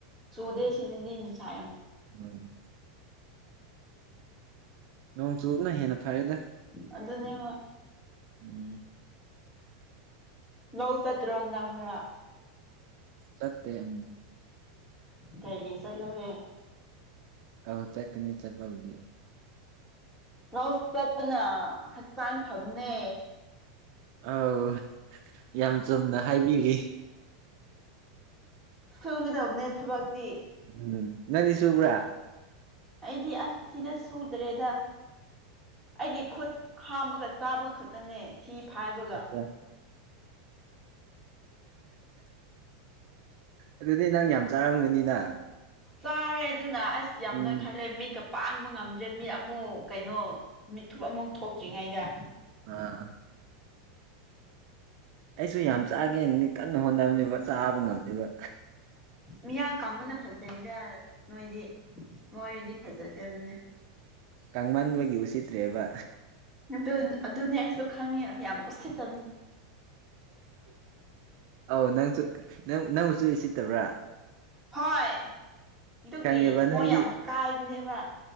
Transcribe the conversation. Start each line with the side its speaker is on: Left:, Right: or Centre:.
Centre: ꯆꯨꯗꯦꯁꯤꯤꯗꯤ ꯁ
Right: ꯎꯝ ꯅꯣꯡ ꯆꯨꯞꯨꯞꯅ ꯍꯦꯟꯅ ꯐꯔꯦꯗ
Centre: ꯑꯗꯨꯗꯅꯦ
Right: ꯎꯝ
Centre: ꯂꯧꯧ ꯆꯠꯇ ꯔꯣꯗꯥꯔ
Right: ꯆꯠꯦ ꯎꯝ
Centre: ꯀꯩꯒꯤ ꯆꯂꯣꯍꯦ
Right: ꯑ ꯆꯀꯅꯤ ꯆꯠꯄꯕꯗꯤ
Centre: ꯔꯧꯁ ꯆꯠꯄꯅ ꯍꯛꯆꯥꯡ ꯐꯝꯅꯦ
Right: ꯑꯥꯎ ꯌꯥꯝ ꯆꯨꯝꯅ ꯍꯥꯏꯕꯤꯔꯤ
Centre: ꯁꯨꯒꯗꯕꯅꯦ ꯊꯕꯛꯇꯤ
Right: ꯎꯝ ꯅꯅꯤꯁꯨꯨ ꯄꯨꯔꯥ
Centre: ꯑꯩꯗꯤ ꯑꯁ ꯁꯤꯗ ꯁꯨꯗ꯭ꯔꯦꯗ ꯑꯩꯒꯤ ꯈꯨꯠ ꯍꯥꯝꯃꯒ ꯆꯥꯕ ꯈꯛꯇꯅꯦ ꯊꯤ ꯐꯥꯏꯕꯒ
Right: ꯑꯠꯆꯥ ꯑꯗꯨꯗꯤ ꯅꯪ ꯌꯥꯝ ꯆꯥꯔꯝꯒꯅꯤꯅ
Centre: ꯆꯥꯔꯦ ꯑꯗꯨꯅ ꯑꯁ ꯌꯥꯝ
Right: ꯎꯝ
Centre: ꯅꯣꯏꯈꯜꯂꯦ ꯃꯤꯠꯀ ꯄꯥꯡꯕ ꯉꯝꯗ꯭ꯔꯦ ꯃꯤꯠ ꯑꯃꯨꯛ ꯀꯩꯅꯣ ꯃꯤꯠꯊꯨꯞ ꯑꯃꯨꯛ ꯊꯣꯛꯇ꯭ꯔꯤꯉꯩꯗ
Right: ꯑꯥ ꯑꯩꯁꯨ ꯌꯥꯝ ꯆꯥꯒꯦ ꯀꯟꯅ ꯍꯣꯠꯅꯕꯅꯦꯕ ꯆꯥꯕ ꯉꯝꯗꯦꯕ
Centre: ꯃꯤꯌꯥꯝ ꯀꯥꯡꯕꯅ ꯐꯖꯩꯗ ꯅꯣꯏꯗꯤ ꯅꯣꯏꯔꯗꯤ ꯐꯖꯗꯕꯅꯦ
Right: ꯀꯥꯡꯃꯟꯕꯒꯤ ꯎꯁꯤꯠꯇ꯭ꯔꯦꯕ
Centre: ꯑꯗꯨ ꯑꯗꯨꯅꯦ ꯑꯩꯁꯨ ꯈꯪꯉꯦ ꯌꯥꯝ ꯎꯁꯤꯠ
Right: ꯑꯥꯎ ꯅꯪꯁꯨ ꯅꯪ ꯅꯪꯁꯨꯁꯤ ꯇꯕꯔꯥ
Centre: ꯍꯣꯏ ꯑꯗꯨꯒꯤ
Right: ꯈꯪꯉꯦꯕ
Centre: ꯊꯃꯣꯏ
Right: ꯅꯪꯗꯤ
Centre: ꯌꯥꯝ ꯀꯥꯏꯕꯅꯦꯕ